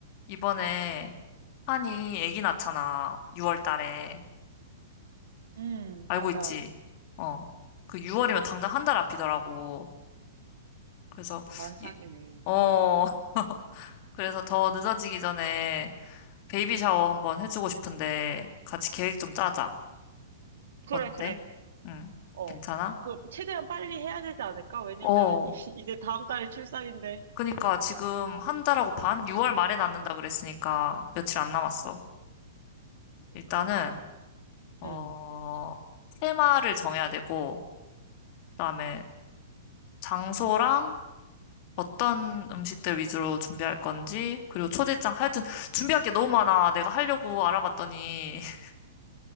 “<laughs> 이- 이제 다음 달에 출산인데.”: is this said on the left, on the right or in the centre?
Right